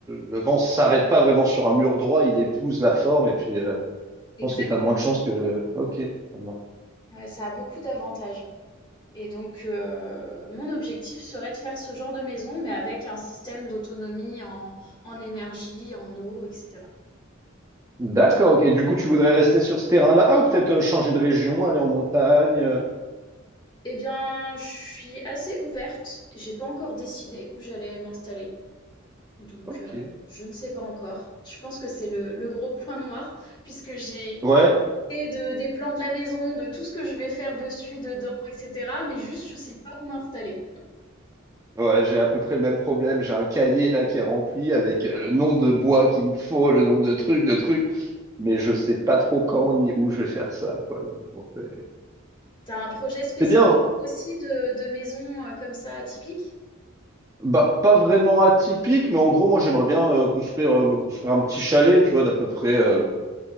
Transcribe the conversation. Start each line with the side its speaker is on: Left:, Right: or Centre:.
Right: le vent s'arrête pas vraiment sur un mur droit. Il épouse la forme et puis, euh, je
Left: Exactement.
Right: pense que t'as moins de chance que le, ok. ça marche.
Left: Ouais, ça a beaucoup d'avantages. Et donc, euh, mon objectif serait de faire ce genre de maison, mais avec un système d'autonomie en, en énergie, en eau, etc.
Right: D'accord, ok. Du coup, tu voudrais rester sur ce terrain-là ou peut-être euh, changer de région, aller en montagne? euh,
Left: Eh bien, je suis assez ouverte. J'ai pas encore décidé où j'allais m'installer. Donc,
Right: Ok.
Left: euh, je ne sais pas encore. Je pense que c'est le, le gros point noir, puisque j'ai
Right: Ouais,
Left: de des plans de la maison, de tout ce que je vais faire dessus, dedans, etc. Mais juste, je sais pas où m'installer.
Right: ouais, j'ai à peu près le même problème. J'ai un cahier là qui est rempli avec euh, le nombre de bois qu'il me faut, le nombre de trucs, de trucs, mais je sais pas trop quand ni où je vais faire ça, quoi. Donc, bon, c'est
Left: T'as un projet spécifique
Right: c'est bien. hein.
Left: aussi de, de maison euh, comme ça, atypique?
Right: Bah, pas vraiment atypique, mais en gros, moi, j'aimerais bien euh, construire, euh, me construire un petit chalet, tu vois, d'à peu près euh, je